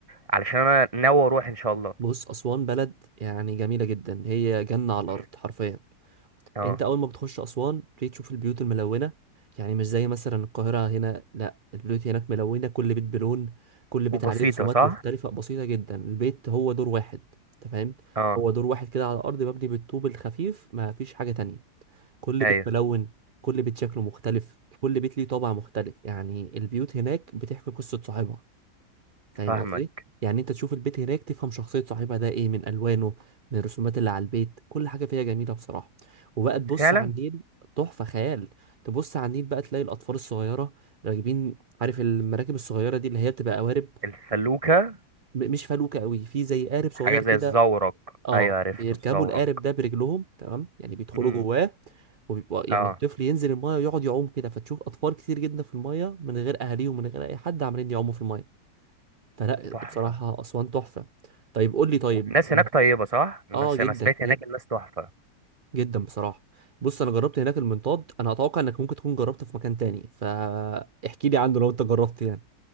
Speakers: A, on the right; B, on the right.
A: علشان أنا ناوي أروح إن شاء الله
B: بص أسوان بلد يعني جميلة جدا هي جنة على الأرض
A: مم.
B: حرفيا
A: أه
B: أنت أول ما بتخش أسوان بتيجي تشوف البيوت الملونة يعني مش زي مثلا القاهرة هنا لا البيوت هناك ملونة كل بيت بلون كل بيت
A: وبسيطة
B: عليه رسومات
A: صح؟
B: مختلفة بسيطة جدا البيت هو دور واحد أنت فاهم
A: أه
B: هو دور واحد كده على الأرض مبني بالطوب الخفيف ما فيش حاجة تانية كل
A: أيوه
B: بيت ملون كل بيت شكله مختلف كل بيت ليه طابع مختلف يعني البيوت هناك بتحكي قصة صاحبها فاهم
A: فاهمك
B: قصدي يعني انت تشوف البيت هناك تفهم شخصية صاحبها ده ايه من الوانه من الرسومات اللي على البيت كل حاجة فيها جميلة بصراحة وبقى تبص
A: فعلا
B: على النيل تحفة خيال تبص على النيل بقى تلاقي الاطفال الصغيرة راكبين عارف المراكب الصغيرة دي اللي هي بتبقى قوارب
A: الفلوكة
B: م- مش فلوكة قوي في زي قارب صغير
A: حاجة زي
B: كده
A: الزورق
B: اه
A: أيوة عرفته
B: بيركبوا
A: الزورق
B: القارب ده برجلهم تمام يعني بيدخلوا
A: امم
B: جواه وبيبقى
A: اه
B: يعني الطفل ينزل المايه ويقعد يعوم كده فتشوف اطفال كتير جدا في المايه من غير اهاليهم ومن غير اي حد عمالين يعوموا في المايه فلا
A: تحفة
B: بصراحة أسوان تحفة طيب قول لي طيب
A: والناس هناك
B: آه
A: طيبة صح؟ الناس
B: آه، جدا
A: أنا سمعت
B: جد-
A: هناك الناس تحفة
B: جدا بصراحة بص أنا جربت هناك المنطاد أنا أتوقع إنك ممكن تكون جربته في مكان تاني فاحكي لي عنه لو أنت جربت يعني